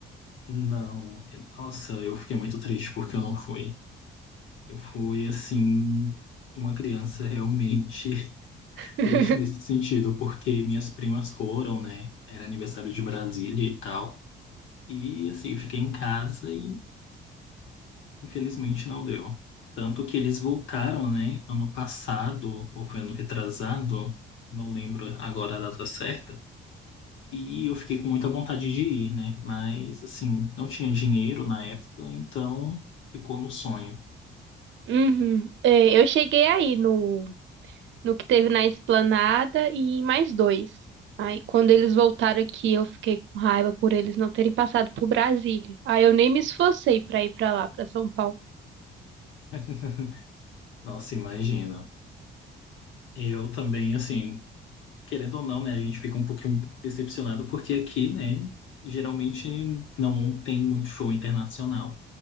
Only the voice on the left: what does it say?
Não, nossa, eu fiquei muito triste porque eu não fui. Eu fui, assim, uma criança realmente
triste nesse sentido, porque minhas primas foram, né? Era aniversário de Brasília e tal. E assim, eu fiquei em casa e infelizmente não deu. Tanto que eles voltaram, né? Ano passado, ou foi ano retrasado, não lembro agora a data certa. E eu fiquei com muita vontade de ir, né? Mas assim, não tinha dinheiro na época, então ficou no sonho.
<laughs> Nossa, imagina. Eu também, assim, querendo ou não, né, a gente fica um pouquinho decepcionado porque aqui, né, geralmente não tem muito show internacional.